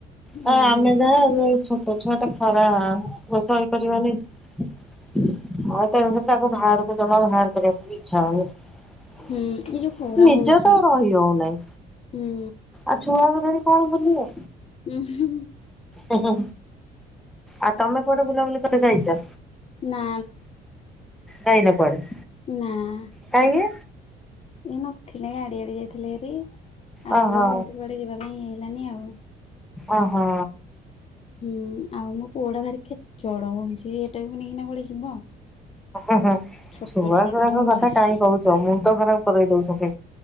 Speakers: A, in the centre; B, on the left.
A: ହଁ
B: ଉଁ
A: ଆମେ
B: ହୁଁ
A: ବା ଛୋଟ ଛୋଟ ଛୁଆ ଟା ଖରା ସହି ପାରିବନି। ଆଉ ତଣୁକରି ତାକୁ ବାହାରକୁ ଜମା ବାହାର କରିବାକୁ ଇଚ୍ଛା ହୋଉନି।
B: ହୁଁ ଏଇ ଯୋଉ ଖରା
A: ନିଜ
B: ହଉଛି
A: ତ ରହି ହୋଉନେଇ।
B: ହୁଁ
A: ଆଉ ଛୁଆକୁ ଧରି କଣ ବୁଲିବ।
B: ଉହୁଁ।
A: ଉହୁଁ ଆଉ ତମେ କୋଆଠେ ବୁଲାବୁଲି କଥାେ ଯାଇଚ?
B: ନା
A: ଯାଇନ କୁଆଡେ
B: ନାଁ।
A: କାହିଁକି?
B: ଇଏ ନଥିଲେ ଗାଡ଼ି ଆଡେ ଯାଇ ଥିଲେ ହାରି ଆଉ
A: ଓହୋ
B: ସେମିତି କୁଆଡ଼େ ଯିବା ପାଇଁ ହେଲାନି ଆଉ।
A: ଓହୋ।
B: ହୁଁ ଆଉ ମୋ ପୁଅଡା ଭାରି ଖେଚଡ ହୋଉଚି ହେଟାକୁ ନେଇକିନା ବି କୁଆଡେ ଯିବ।
A: ଓହୋ
B: ଛୋଟ
A: ଛୁଆ
B: ଛୁଆଙ୍କଠୁ
A: ଗୁଡାରଙ୍କ
B: ଭଲସେ
A: କଥା କାଇଁ କୋହୁଚ ମୁଣ୍ଡ ଖରାପ କରେଇ ଦୋଉଚନ୍ତି।